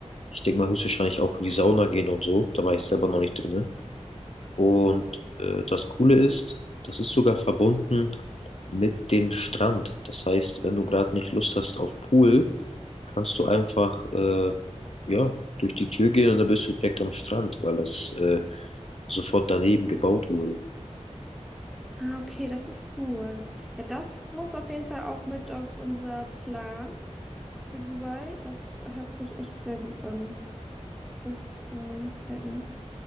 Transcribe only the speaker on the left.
Ich denke mal höchstwahrscheinlich auch in die Sauna gehen und so, da war ich selber noch nicht drin. Und äh, das Coole ist, das ist sogar verbunden mit dem Strand. Das heißt, wenn du gerade nicht Lust hast auf Pool, kannst du einfach äh, ja, durch die Tür gehen und dann bist du direkt am Strand, weil das äh, sofort daneben gebaut wurde.